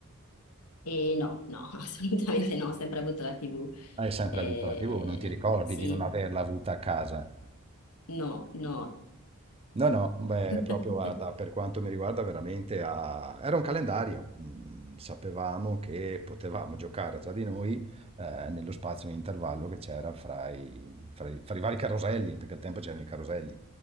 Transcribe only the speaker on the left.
E no, no, <laughs> assolutamente no, ho sempre avuto la TV.
Eh,
sì,
no, no.
<laughs>